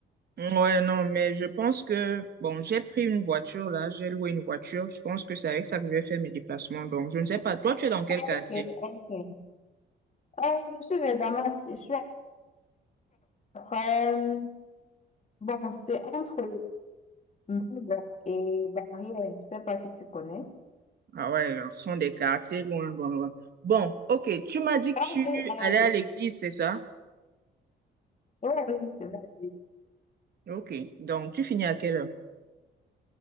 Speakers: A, on the right; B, on the left.
A: Ouais, non, mais je pense que, bon, j'ai pris une voiture là, j'ai loué une voiture. Je pense que c'est avec ça que je vais faire mes déplacements. Donc, je ne sais pas, toi, tu es dans quel
B: Ok,
A: quartier?
B: ok. Euh, je suis vers Damas. Je suis après. euh, Bon, c'est entre Mbabane et Barrière. Je ne sais pas si tu connais.
A: Ah ouais, là, ce sont des quartiers loin, loin, loin. Bon, ok, tu m'as dit
B: Ah
A: que tu
B: oui, ah
A: allais
B: oui.
A: à l'église, c'est ça?
B: Oui, oui, je vais aller.
A: Ok, donc tu finis à quelle heure?